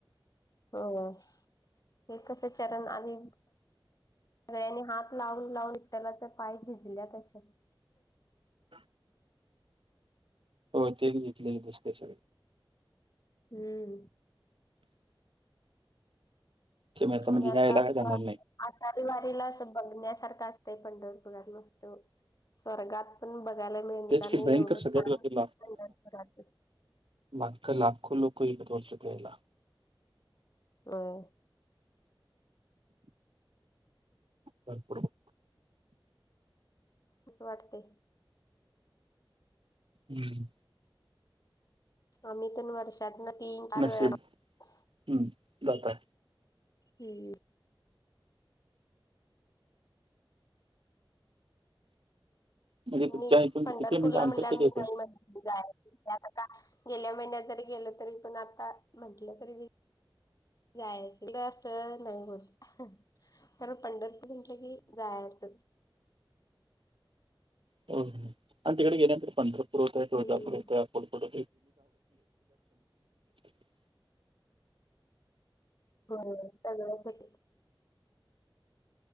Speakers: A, on the left; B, on the right.
A: हो-हो, हे कस चरण आणि सगळ्यांनी हात लावून लावून निटला तर पाय झिजल्यात अस.
B: ह. हो तेच घेतलेले बुसते सगळे.
A: हम्म.
B: की मग
A: आणि
B: म्हणजे
A: आता,
B: ह्या याला काय जाणार नाही.
A: आषाढी वारीला स बघण्यासारखा असतंय पंढरपुरात मस्त, स्वर्गात. पण बघायला मिळणार
B: तेच की
A: नाही
B: भयंकर
A: एवढं
B: सगळ्यात
A: छान
B: गर्दी
A: पंढरपुरातच.
B: माख लाखो लोक एका वर्षात यायला.
A: होय.
B: भरपूर.
A: कसं वाटते.
B: हम्म.
A: आम्ही तर वर्षात न तीन, चार
B: नशीब
A: वेळा जातो.
B: हम्म जाताय
A: हम्म.
B: म्हणजे तुमच्या
A: मी
B: इथून
A: पंढरपूरला
B: किती म्हणजे अंतर
A: म्हणल्या
B: किती
A: मी
B: होतंय?
A: नाही म्हण. आता का गेल्या महिन्यात जरी गेलं तरी पण आता म्हंटलं तरी. जायच तर असं नाही होत, कारण पंढरपूर म्हटलं की जायचंच.
B: हो आणि तिकडे गेल्यानंतर पंढरपूर होतं. तळजापूर
A: हम्म
B: येत. थोडं-थोडं, <unintelligible>
A: बरोबर सगळं होतं.